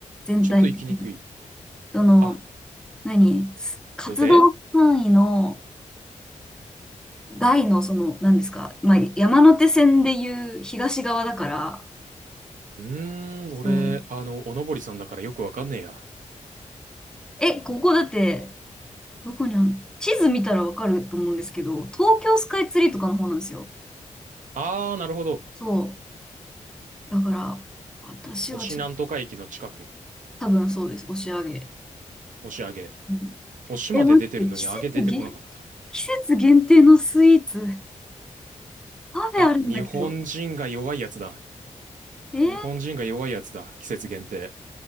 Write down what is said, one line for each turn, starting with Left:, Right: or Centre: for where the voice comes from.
Centre: 全体的に。
Right: ちょっと行きにくい。
Centre: どの、
Right: あ、
Centre: 何す活動範囲の
Right: 予定
Centre: 外のその、何ですかまあ、山手線でいう東側だから、
Right: うーん、
Centre: そう。
Right: 俺、あの、おのぼりさんだからよくわかんねえや。
Centre: え、ここだって、どこにあんの地図見たらわかると思うんですけど、東京スカイツリーとかの方なんですよ。
Right: あー、なるほど。
Centre: そう。だから、私はちょっと、
Right: 押なんとか駅の近く。
Centre: 多分そうです。押し上げ。
Right: 押し上げ。
Centre: うん、
Right: 押しまで出てるのに上げ出てこなかった。
Centre: え、待って、季節限、季節限定のスイーツ、パフェあるんだけど。
Right: あ、日本人が弱いやつだ。
Centre: えー
Right: 日本人が弱いやつだ。季節限定。